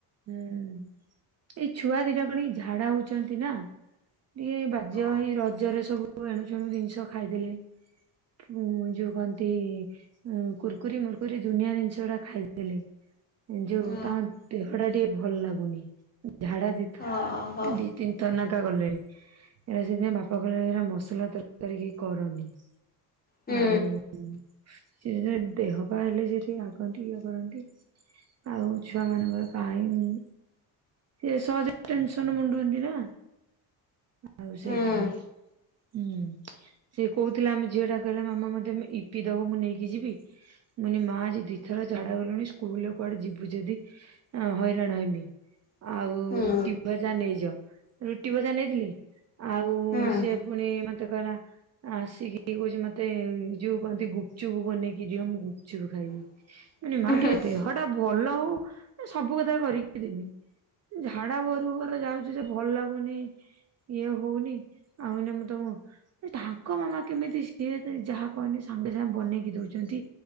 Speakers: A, on the right; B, on the left.
A: ହୁଁ ଏଇ ଛୁଆ ଦିଟା କଣ ଝାଡା ହଉଛନ୍ତି ନା। ଟିକେ ବାଜ୍ୟ
B: ଓ
A: ହେଇ ରଜରେ ସବୁ ଏଣୁ ସେଣୁ ଜିନିଷ ଖାଇଦେଲେ। ଉଁ ଯୋଉ କହନ୍ତି। ଉ କୁର୍କୁରି ମୁର୍କୁରି ଦୁନିଆ ଜିନିଷ ଉଡା ଖାଇଦେଲେ ଯୋଉ
B: ହଁ
A: ତା ଦେହଟା ଟିକେ ଭଲ ଲାଗୁନି ଝାଡା ଦି
B: ଓ ହୋ।
A: ତିନିଥର ନେଖା ଗଲେଣି। ଏଇରା ସେଇଥିପାଇଁ ବାପା କହିଲେ ଏରା ମସଲା ତରକାରି କିଛି କରନି।
B: ହୁଁ
A: ଆଉ ସେ ସେ ଦେହ ପା ହେଲେ ସିଏ ଟିକେ ରାଗନ୍ତି ଇଏ କରନ୍ତି ଆଉ ଛୁଆ ମାନଙ୍କର ପାଇନି ସେ ସହଯେ ଟେନସନ ମୁଣ୍ଡଅନ୍ତି ନା। ଆଉ
B: ହୁଁ
A: ସେଇଥିପାଇଁ। ହୁଁ ସେ କହୁଥିଲା ଆମ ଝିଅ ଟା କହିଲା ମାମା ମତେ ଇପି ଦବ ମୁଁ ନେଇକି ଯିବି। ମୁ କଇନି ମା ଆଜି ଦିଥର ଝାଡା ଗଲୁଣି ସ୍କୁଲରେ କୁଆଡେ ଯିବୁ ଯଦି ଆ ହଇରାଣ ହେମି ଆଉ
B: ହୁଁ
A: ରୁଟି ଭଜା ନେଇଯ। ରୁଟି ଭଜା ନେଇଥିଲେ ଆଉ
B: ହୁଁ
A: ସିଏ ପୁଣି ମତେ କହିଲା ଆସିକି କହୁଛି ମତେ ଏ ଯୋଉ କଣ ତି ଗୁପଚୁପୁ ବନେଇକି ଦିଅ ମୁଁ ଗୁପଚୁପ ଖାଇବି।
B: <inaudible>
A: ମୁଁ କହିନି ମା ଟିକେ
B: ହୁଁ ହୁଁ
A: ଦେହଟା ଭଲ ହଉ ଏ ସବୁ କଥା କରିକି ଦେମି। ଝାଡା ଭରୁ କୁ ଭର ଯାଉଚି ସେ ଭଲ ଲାଗୁନି। ଇଏ ହଉନି ଆଉ ଏଇନା ମୁଁ ତ ଏ ତାଙ୍କ ମାମା କେମିତି ସିଏ ଯାହା କହିଲେ ସାଙ୍ଗେ ସାଙ୍ଗେ ବନେଇକି ଦଉଛନ୍ତି